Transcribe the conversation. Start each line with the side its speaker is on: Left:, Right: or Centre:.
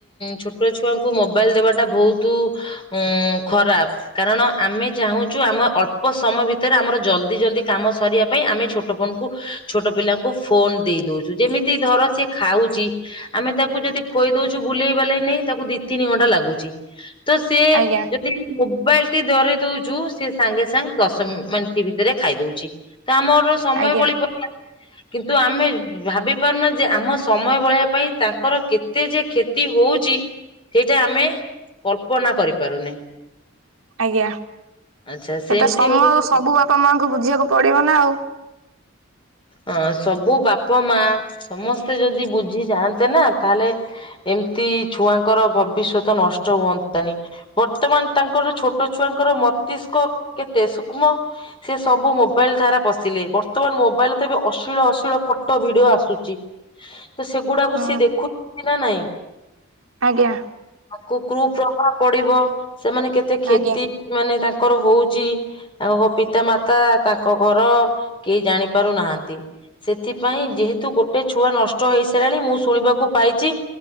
Left: ଛୋଟ ଛୁଆଙ୍କୁ ମୋବାଇଲ ଦେବାଟା ବହୁତୁ ଉଁ ଖରାପ, କାରଣ ଆମେ ଚାହୁଁଛୁ, ଆମେ ଅଳ୍ପ ସମୟ ଭିତରେ ଆମର ଜଲ୍ ଦି ଜଲ୍ ଦି କାମ ସରିବା ପାଇଁ, ଆମେ ଛୋଟ ଫୋନ କୁ ଛୋଟ ପିଲାଙ୍କୁ ଫୋନ ଦେଇ ଦଉଚୁ, ଯେମିତି ଧର ସିଏ ଖାଉଚି ଆମେ ତାକୁ ଯଦି ଖୋଇ ଦଉଚୁ ବୁଲେଇବାଲେଇ ନେଇ, ତାକୁ ଦି ତିନି ଘଣ୍ଟା ଲାଗୁଚି ତ ସିଏ,
Right: ଆଜ୍ଞା
Left: ଯଦି ମୋବାଇଲ ଟି ଧରେଇ ଦଉ ଚୁ, ସିଏ ସାଙ୍ଗେ ସାଙ୍ଗେ ଦଶ ମିନିଟ୍ ଭିତରେ ଖାଇ ଦଉଚି, ତ ଆମର ସମୟ
Right: ଆଜ୍ଞା
Left: ବଳି ପଡିଲା କିନ୍ତୁ ଆମେ ଭାବି ପାରୁନ ଯେ, ଆମ ସମୟ ବଳେଇଆ ପାଇଁ ତାଙ୍କର କେତେ ଯେ କ୍ଷତି ହଉଚି ସେଇଟା ଆମେ କଳ୍ପନା କରିପାରୁନେ।
Right: ଆଜ୍ଞା,
Left: ଆଚ୍ଛା
Right: ସେଟା
Left: ସେମିତି
Right: ସମ
Left: ହଉଛି
Right: ସବୁ ବାପା ମାଆଙ୍କୁ ବୁଝିବାକୁ ପଡିବ ନା ଆଉ।
Left: ଅ ସବୁ ବାପ ମା, ସମସ୍ତେ ଯଦି ବୁଝି ଯାଆନ୍ତେ ନା, ତାହେଲେ ଏମିତି ଛୁଆଙ୍କର ଭବିଷ୍ୟତ ନଷ୍ଟ ହୁଅନ୍ତାନି। ବର୍ତ୍ତମାନ ତାଙ୍କର ଛୋଟ ଛୁଆଙ୍କର ମସ୍ତିଷ୍କ କେତେ ସୂକ୍ଷ୍ମ? ସେ ସବୁ ମୋବାଇଲ୍ ଧାରା ପଶିଲେ, ବର୍ତ୍ତମାନ ମୋବାଇଲ୍ ତେବେ ଅଶ୍ଳୀଳ ଅଶ୍ଳୀଳ ଫଟୋ ଭିଡିଓ ଆସୁଚି ତ ସେଗୁଡାକୁ
Right: ହଁ।
Left: ସିଏ ଦେଖୁଚନ୍ତି ନା ନାଇଁ?
Right: ଆଜ୍ଞା।
Left: ତାକୁ କୁ ପ୍ରଭାବ ପଡିବ, ସେମାନେ କେତେ କ୍ଷତି
Right: ଆଜ୍ଞା।
Left: ମାନେ ତାଙ୍କର ହଉଚି, ତାଙ୍କ ପିତା ମାତା, ତାଙ୍କ ଘର, କେହି ଜାଣି ପାରୁନାହାନ୍ତି। ସେଥିପାଇଁ ଯେହେତୁ ଗୋଟେ ଛୁଆ ନଷ୍ଟ ହେଇସାରିଲାଣି, ମୁଁ ଶୁଣିବାକୁ ପାଇଚି